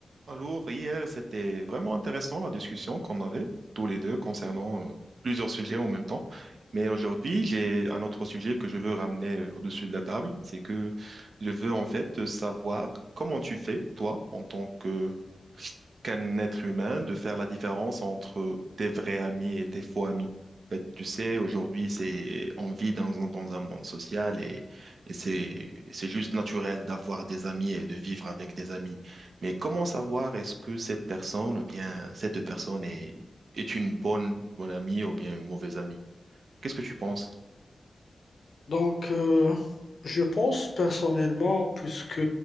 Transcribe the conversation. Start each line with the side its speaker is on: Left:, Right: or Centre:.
Right: Alors, hier, c'était vraiment intéressant la discussion qu'on avait tous les deux concernant euh, plusieurs sujets en même temps. Mais aujourd'hui, j'ai un autre sujet que je veux ramener euh, au-dessus de la table. C'est que je veux en fait savoir comment tu fais, toi, en tant que qu'un être humain de faire la différence entre tes vrais amis et tes faux amis. En fait, tu sais, aujourd'hui, c'est, on vit dans, un- dans un monde social et, et c'est, c'est juste naturel d'avoir des amis et de vivre avec des amis. Mais comment savoir est-ce que cette personne, ou bien, cette personne est, est une bonne, bonne amie ou bien une mauvaise amie? Qu'est-ce que tu penses?
Left: Donc, euh, je pense personnellement, puisque